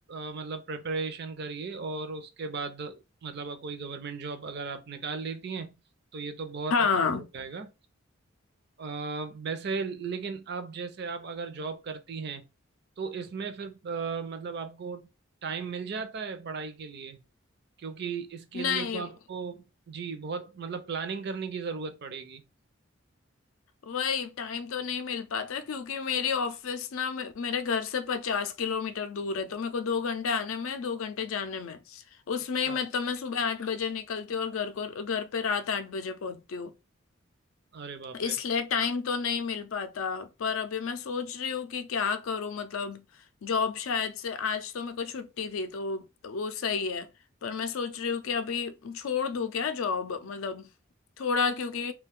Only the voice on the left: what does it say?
हाँ
नहीं
वही टाइम तो नहीं मिल पाता क्योंकि मेरी ऑफिस ना मे- मेरे घर से पचास किलोमीटर दूर है तो मेरे को दो घंटे आने में दो घंटे जाने में उसमें
ही मैं तो मैं सुबह आठ बजे निकलती हूँ और घर को घर पे रात आठ बजे पहुंचती
इसलिए टाइम तो नहीं मिल पाता पर अभी मैं सोच रही हूँ कि क्या करूँ मतलब जॉब शायद से आज तो मेरे को छुट्टी थी तो वो सही है पर मैं सोच रही हूँ कि अभी छोड़ दूँ क्या जॉब मतलब थोड़ा क्योंकि